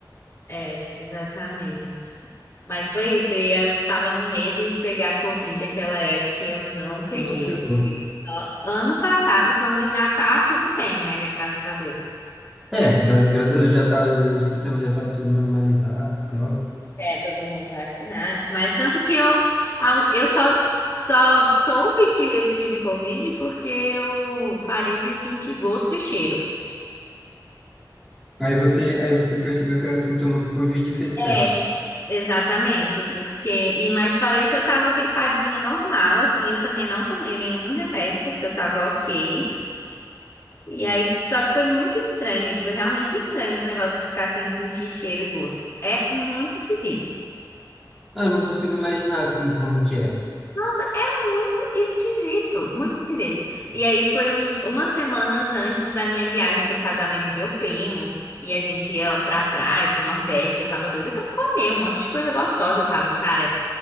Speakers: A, on the left; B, in the centre.
A: É, exatamente. Mas foi isso. E eu tava no medo de pegar Covid naquela época e eu não peguei.
B: Não pegou.
A: Eu peguei só ano passado, quando já tá tudo bem, né? Graças a Deus.
B: É, graças, graças a Deus já tá, o sistema já estava tudo normalizado e tal.
A: É, todo mundo vacinado. Mas tanto que eu, a- eu só, só soube que eu tive Covid porque eu parei de sentir gosto e cheiro.
B: Aí você, aí você percebeu que era sintoma do Covid e fez o
A: É.
B: teste.
A: Exatamente, porque. E mais fora isso, eu tava gripadinha normal, assim, eu também não tomei nenhum remédio, porque eu tava ok. E aí, só que foi muito estranho, gente. Foi realmente estranho esse negócio de ficar sem sentir cheiro e gosto. É muito esquisito.
B: Ah, eu não consigo imaginar assim como que é.
A: Nossa, é muito esquisito, muito esquisito. E aí foi um, umas semanas antes da minha viagem pro casamento do meu primo. E a gente ia lá pra praia, pro Nordeste. Eu tava doida pra comer um monte de coisa gostosa. Eu tava, cara,